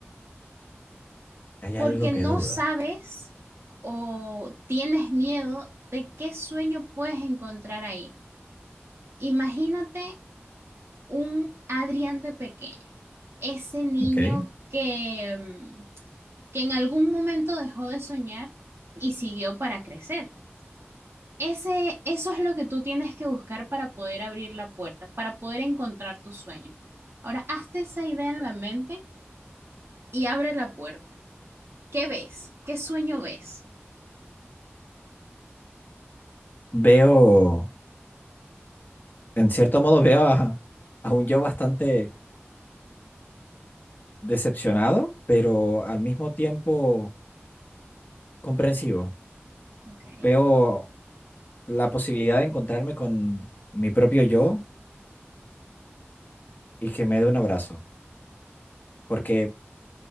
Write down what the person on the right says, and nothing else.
porque
no
sabes o tienes miedo de qué sueño puedes encontrar ahí. Imagínate un Adrián de pequeño, ese niño
que, mm, que en algún momento dejó de soñar y siguió para crecer Ese, eso es lo que tú tienes que buscar para poder abrir la puerta, para poder encontrar tu sueño. Ahora, hazte esa idea en la mente y abre la puerta. ¿Qué ves? ¿Qué sueño ves?
Ok,